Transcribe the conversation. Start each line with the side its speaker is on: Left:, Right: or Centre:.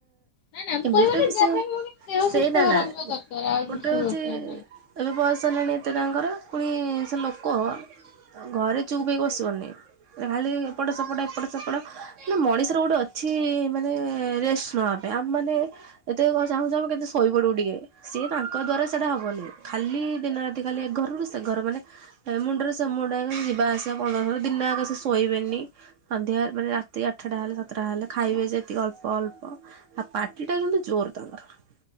Left: ନା ନା ମୁଁ
Right: ଏମତି
Left: କହିବାନି
Right: <unintelligible>
Left: ଯାହା ବି ହଉ କିନ୍ତୁ ଦେହ
Right: ସେଇତା
Left: ସୁସ୍ଥ
Right: ନା
Left: ରଖିବା ଦରକାର ଆଉ
Right: ଗୋଟେ
Left: କିଛି
Right: ହୋଉଚି
Left: ଦରକାର ନାହିଁ।
Right: ଏବେ ବୟସ ହେଲାଣି ଏତେ ତାଙ୍କର ପୁଣି ସେ ଲୋକ ଘରେ ଚୁପ ପ ବସିବନି ଖାଲି ଏପଟ ସେପଟ ଏପଟ ସେପଟ ମାନ ମଣିଷ <unintelligible> ଗୋଟେ ଅଛି ମାନେ ରେଷ୍ଟ ନେବା ପାଇଁ ଆମେ ମାନେ ଏତେ <unintelligible> କେତେ ଶୋଇପଡିବ ଟିକେ ସିଏ ତାଙ୍କ ଦ୍ଵାରା ସେଇଟା ହବନି। ଖାଲି ଦିନ ରାତି ଖାଲି ଘରରୁ ସେ ଘର, ମାନେ ମୁଣ୍ଡରେ ସେ ମୁଣ୍ଡାକ ଯିବା ଆସିବା ପନ୍ଦ ଦିନ ଆଗ ସେ ଶୋଇବେନି। ସନ୍ଧ୍ୟା ମାନେ ରାତି ଆଠଟା ହେଲା। ତାହେଲେ ଖାଇବେ ଯେତିକି ଅଳ୍ପ ଅଳ୍ପ ଆଉ ପାଟି ଟା କିନ୍ତୁ ଜୋର ତାଙ୍କର।